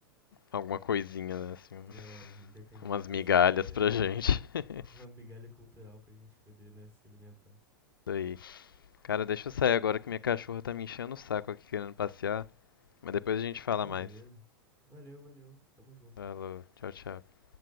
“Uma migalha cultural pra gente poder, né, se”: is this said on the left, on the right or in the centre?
Right